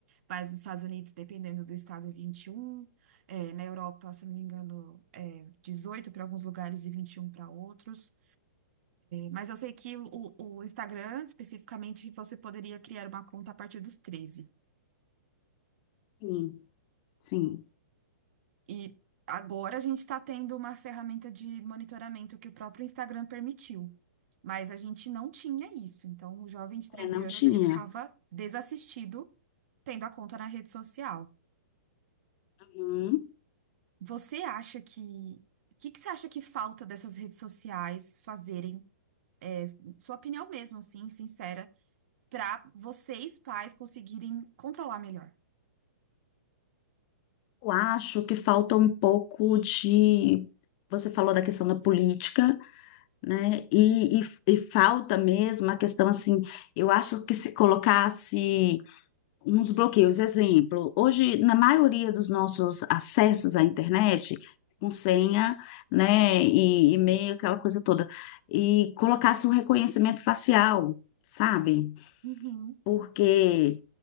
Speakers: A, on the right; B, on the left.
A: mas nos Estados Unidos, dependendo do estado, é 21. É, na Europa, se não me engano, é 18 para alguns lugares e 21 para outros. Mas eu sei que o, o Instagram, especificamente, você poderia criar uma conta a partir dos treze.
B: Sim, sim.
A: E agora a gente está tendo uma ferramenta de monitoramento que o próprio Instagram permitiu. Mas a gente não tinha isso. Então, o jovem de 13
B: É, não
A: anos,
B: tinha.
A: ele ficava desassistido tendo a conta na rede social.
B: Uhum.
A: Você acha que... O que que você acha que falta dessas redes sociais fazerem É, sua opinião mesmo, assim, sincera, para vocês, pais, conseguirem controlar melhor.
B: Eu acho que falta um pouco de. Você falou da questão da política, né? E, e, e falta mesmo a questão assim. Eu acho que se colocasse uns bloqueios. Exemplo, hoje, na maioria dos nossos acessos à internet, com senha, né, e e-mail, aquela coisa toda, e colocasse um reconhecimento facial, sabe?
A: Uhum.
B: Porque